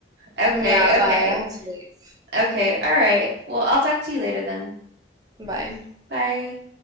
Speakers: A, on the right; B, on the right.
A: Okay,
B: Mm, Yeah, bye.
A: okay,
B: I have to leave.
A: okay. All right. Well, I'll talk to you later then.
B: Bye.
A: Bye.